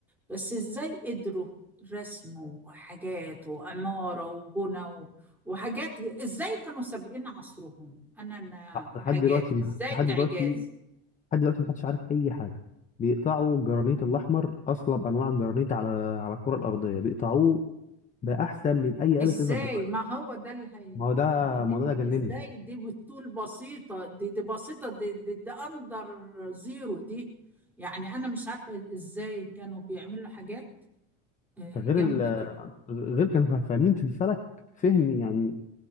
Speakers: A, in the centre; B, on the left (about 25°).
A: بس ازاي قدروا رسم وحاجات وعمارة وبنى و- وحاجات ازاي كانوا سابقين عصرهم أنا أنا في
B: لحد
A: حاجات
B: دلوقتي
A: ازاي
B: ما- لحد دلوقتي
A: إعجاز
B: لحد دلوقتي محدش عارف اي حاجه بيقطعوا الجرانيت الاحمر اصلب انواع الجرانيت على على الكره الارضيه بيقطعوه بقى احسن من اي
A: ازاي
B: آلة ليزر دلوقتي
A: ما هو ده اللي هي...
B: ما هو ده
A: هيجنني
B: الموضوع ده اللي
A: ازاي
B: جنني
A: دي بالطول بسيطة دي دي بسيطة دي دي, دي اندر زيرو دي يعني انا مش عارفة ازاي كانوا بيعملوا حاجات آه،
B: ده غير
A: جامدة
B: ال-
A: كده
B: غير كانوا فاهمين في الفلك فهم يعني